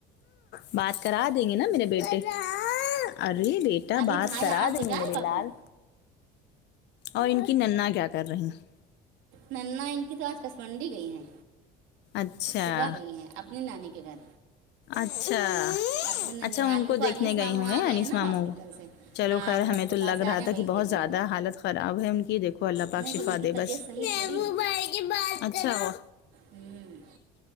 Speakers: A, on the left; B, on the right.
A: بات کرا دیں گے نا میرے بیٹے ارے بیٹا
B: ابھی
A: بات
B: بھائی
A: کرا
B: آ
A: رہے
B: تو جائے
A: میرے
B: بابو
A: لال اور ان کی ننا کیا کر رہی ہیں
B: ننا ان کی تو آج کسمنڈی گئی ہیں
A: اچھا
B: صبح گئی ہیں اپنی نانی کے گھر
A: اچھا
B: اپنے ننیحال
A: اچھا ان کو
B: انیس
A: دیکھنے
B: ماموں
A: گئے ہوں
B: آ
A: گے انیس
B: ہیں نا
A: ماموں
B: ہاسپٹل
A: کو
B: سے
A: چلو
B: ہاں
A: خیر
B: وہ
A: ہمیں
B: اسپتال
A: تو لگ
B: سے آ
A: رہا
B: گئے ہیں
A: تھا
B: وہی
A: کہ
B: دیکھنے
A: بہت زیادہ
B: گئی
A: حالت خراب ہے ان کی دیکھو اللہ پاک
B: نہیں
A: شفا
B: تو ان کی
A: دے
B: طبیعت
A: بس
B: صحیح
A: تہفو
B: تھوڑی ہے
A: بھائی سے بات کراوو
B: ہوں